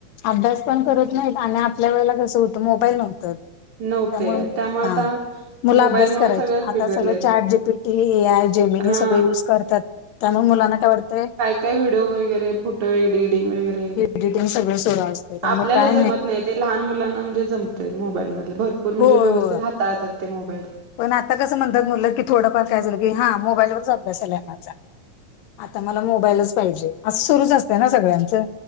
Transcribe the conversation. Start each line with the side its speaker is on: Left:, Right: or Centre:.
Left: अभ्यास पण करत नाहीत आणि आपल्या वेळेला कसं होतं मोबाईल नव्हतं.
Right: नव्हते
Left: त्यामुळे
Right: आता
Left: हा मुल
Right: मोबाईल
Left: अभ्यास
Right: मुळ
Left: करायची
Right: सगळंच
Left: आता
Right: बिघडलेत
Left: सगळे चार्ट जी पी ती, ए आय, जेमीनी
Right: हा
Left: हे सगळे युज करतात, त्यामुळे मुलांना काय वाटतय
Right: काही व्हडिओ वगैरे फोटो एडिग वगै रे
Left: एडिटिंग सगळं सुरू असते त्यामुळे
Right: आपल्याला
Left: काय
Right: जमत नाही, ते लहान मुलांना म्हणजे जम ते मोबाईलमध भरपूर म्हणजे
Left: हो हो
Right: व्यवस्थित हाताळतात ते मोबाईल.
Left: पण आता कसं म्हणतात मुल की थोडंफार काय झालं की हा मोबाईलवरच अभ्यास आलाय आहे माझा. आता मला मोबाईलच पाहिजे अस सुरूच असते ना सगळ्यांचं.